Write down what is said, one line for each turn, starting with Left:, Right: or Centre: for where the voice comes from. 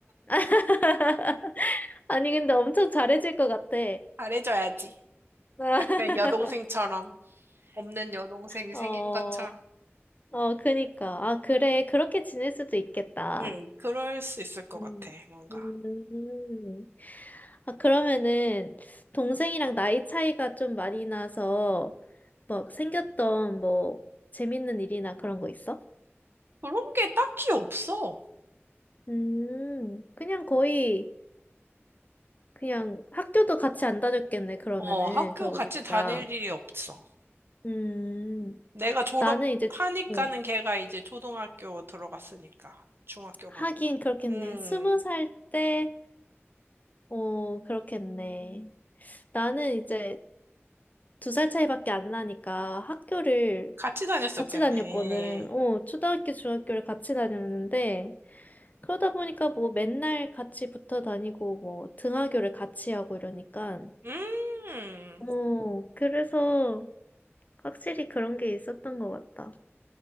Left: <laughs> 아니, 근데 엄청 잘해줄 것 같아.
Right: 잘해줘야지.
Left: <laughs>
Right: 약간 여동생처럼. 없는 여동생이
Left: 어,
Right: 생긴 것처럼.
Left: 어, 그니까. 아, 그래. 그렇게 지낼 수도 있겠다.
Right: 응, 그럴 수 있을 것
Left: 음.
Right: 같아, 뭔가.
Left: 음. 아, 그러면은, 동생이랑 나이 차이가 좀 많이 나서, 막 생겼던 뭐, 재밌는 일이나 그런 거 있어?
Right: 그런 게 딱히 없어.
Left: 음, 그냥 거의, 그냥 학교도 같이 안 다녔겠네, 그러면은.
Right: 어, 학교
Left: 그러고
Right: 같이
Left: 보니까.
Right: 다닐 일이 없어.
Left: 음,
Right: 내가 졸업하니까는
Left: 나는 이제, 어,
Right: 걔가 이제 초등학교 들어갔으니까. 중학교
Left: 하긴
Right: 가면.
Left: 그렇겠네.
Right: 음,
Left: 스무 살 때, 어, 그렇겠네. 나는 이제 두 살 차이밖에 안 나니까 학교를
Right: 같이 다녔었겠네.
Left: 같이 다녔거든. 어, 초등학교, 중학교를 같이 다녔는데, 그러다 보니까 뭐 맨날 같이 붙어 다니고, 뭐 등하교를 같이 하고 이러니까,
Right: 음.
Left: 어, 그래서 확실히 그런 게 있었던 것 같다.